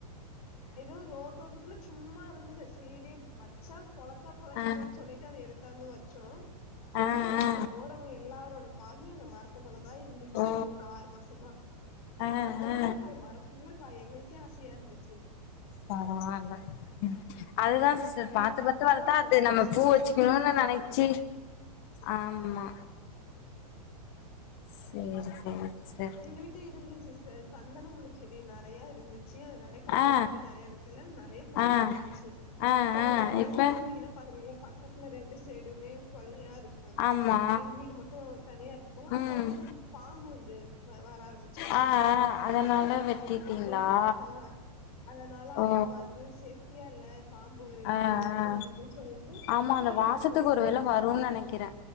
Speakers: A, on the left (about 70°); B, on the left (about 40°).
A: எதோ ரோட் ஓரத் துல சும்மா இருந்தது சேரி வச்சா பொழச்சா பொழைக்கிட்டுன்
B: ஆ ஆ
A: சொல்லிட்டு அத எடுத்தாந்து வச்சோ வீட்டு
B: ஆ ஆ
A: வாசல்ல
B: ஆ
A: போறவுங் எல்லாரோட பார்வியு இந்த மரத்து மேலதா இருந்துச்சு
B: ஓ
A: இப்ப ஒரு ஆறு மாசமா
B: ஆ
A: அந்த அளவுக்கு
B: ஆ
A: காய் மர ஃபுல்லா காய் எங்களுக்கே ஆசையா இருந்துச்சு
B: பரவால்ல ம் அதுதா சிஸ்டர்
A: நாங்க
B: பாத்து
A: தஞ்சாவூர்ல
B: பாத்து வளத்தா அது
A: தா
B: நம்ம
A: மோஸ்ட்லி
B: பூ வெச்சுக்ணுன்னு
A: இந்த நர்சரிலா
B: நெனைச்சி
A: வாங்குவோ
B: ஆம்மா சேர் சேரி சிஸ்டர்
A: ம் ம் எங்க வீட்டு்ல இருந்துது சிஸ்டர் சந்தனமுள்ளச்செடி நறையா இருந்து ச்சு அத நெறைய கல்டிவேட்
B: ஆ
A: பண்ணி நெறைய இடத்துல நெறைய பூ பூத்
B: ஆ
A: துருந்துச்சு
B: ஆ
A: இப்ப
B: ஆ
A: அ எங்க
B: இப்ப
A: வீட்டு நீங்கதா பாத்திருக்கீங்கள பக்கத்துல ரெண்டு சேடுமே கொள்ளையா ருக் அ
B: ஆமா
A: எங்க வீடு மட்டு தனியா இருக்குமா
B: ம்
A: அப்ப வந்து பாம்பு வந் து வ வர ஆரம்பிச்சிருச்சு
B: ஆ ஆ அதனால வெட்டிட்டீங்களா
A: அது அ அதனால
B: ஓ
A: அப்ப வந்து சேஃப்டியா இல்ல பாம்பு வருது
B: ஆ ஆ
A: அப்படின் சொல்ட்டு
B: ஆமா
A: ஃபுல்லா
B: அந்த வாசத்துக்கு
A: காலி பண்ணிட்டாங்க
B: ஒரு வேள வரும்னு நெனைக்கிறே